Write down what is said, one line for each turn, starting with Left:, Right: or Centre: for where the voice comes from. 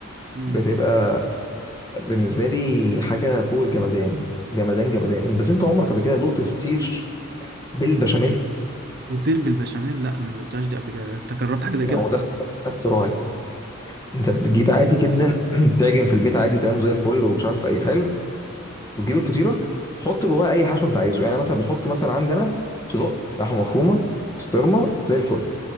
Right: مم.
Left: بتبقى بالنسبه لي حاجه فوق الجمدان جمدان جمدان بس انت عمرك قبل كده دقت فطير بالبشاميل
Right: فطير بالبشاميل لا ما دقتهاش دي قبل كده انت جربت حاجه زي كده
Left: ما هو ده ده اختراعي انت بتجيب عادي جدا <clears throat> تعجن في البيت عادي تمام زي الفل ومش عارف ايه حلو وتجيب الفطيره تحط جواها اي حشو انت عايزه يعني أنا مثلا بحط مثلا عندنا صدق لحمه مفرومه بسطرمه زي الفل